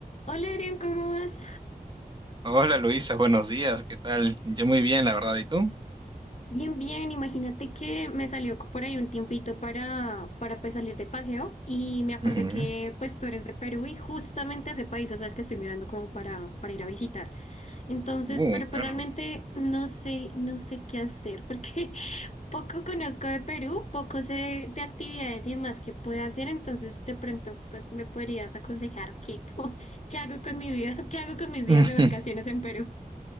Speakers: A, on the left; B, on the right.
A: Hola Adrián, ¿cómo vas?
B: Hola Luisa, buenos días, ¿qué tal? Yo muy bien, la verdad, ¿y tú?
A: Bien, bien. Imagínate que me salió co- por ahí un tiempito para, para pues salir de paseo y me acordé
B: Ujú.
A: que pues tú eres de Perú y justamente ese país es el que estoy mirando como para, para ir a visitar. Entonces,
B: Uh,
A: pero
B: claro.
A: pues realmente no sé, no sé qué hacer porque <laughs> poco conozco de Perú, poco sé de actividades y más que puedo hacer. Entonces, de pronto pues me podrías aconsejar qué, <laughs> qué hago con mi vida, qué hago con mis días
B: <laughs>
A: de vacaciones en Perú.